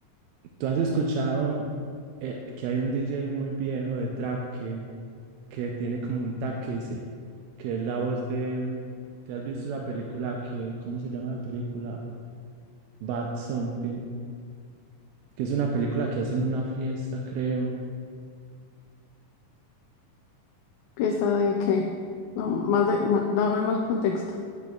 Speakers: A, on the right; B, on the left.
A: tú has escuchado eh, que hay un DJ muy viejo de trap que, que tiene como un tag que dice, que es la voz de, mm, ¿te has visto la película que, ¿cómo se llama la película? Bad Something, que es una película que hacen en una fiesta, creo,
B: ¿Fiesta de qué? No, más de, ma- dame más contexto.